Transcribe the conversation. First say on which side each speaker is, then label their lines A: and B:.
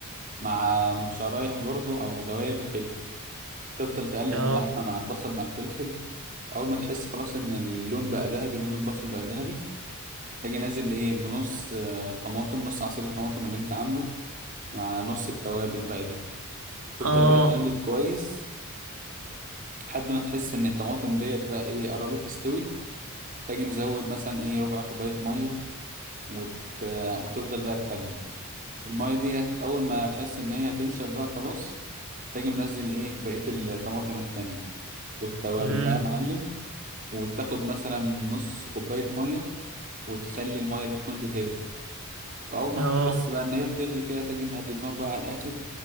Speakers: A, on the right (about 40°); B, on the right (about 65°).
A: مع شرايح برضو او دواير فلفل تفضل تقلب
B: اه
A: اللحمه مع البصل مع الفلفل اول ما تحس خلاص ان اللون بقى ذهبي لون البصل بقى ذهبي تاجي نازل ايه بنص آه، طماطم نص عصير الطماطم اللي انت عامله مع نص التوابل بقى دي تفضل
B: اه
A: بقى تقلب كويس لحد ما تحس ان الطماطم ديت بقى ايه قربت تستوي تاجي مزود مثلا ايه ربع كوباية مية وت... وتفضل بقى تقلب المية ديت اول ما تحس ان هي هتنشف بقى خلاص تاجي منزل ايه بقية الطماطم التانية والتوابل
B: امم
A: بقى يا معلم وتاخد مثلا نص كوباية مية وتخلي المية دي تكون بتغلي وأول ما
B: اه
A: تحس بقى إن هي بتغلي كده تاجي مهدي النار بقى على الآخر